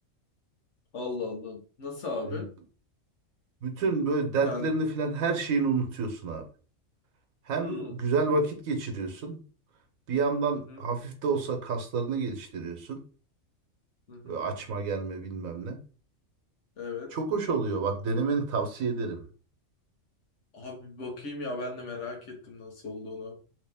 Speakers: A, on the left (about 60°); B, on the right (about 85°).
A: Allah Allah. Nasıl abi?
B: E, Bütün böyle dertlerini
A: Lan.
B: falan her şeyini unutuyorsun abi. Hem
A: Hı.
B: güzel vakit geçiriyorsun. Bir yandan
A: Hı hı.
B: hafif de olsa kaslarını geliştiriyorsun.
A: Hı hı.
B: Böyle açma gelme bilmem ne.
A: Evet.
B: Çok hoş oluyor. Bak denemeni tavsiye ederim.
A: Abi bakayım ya ben de merak ettim nasıl olduğunu.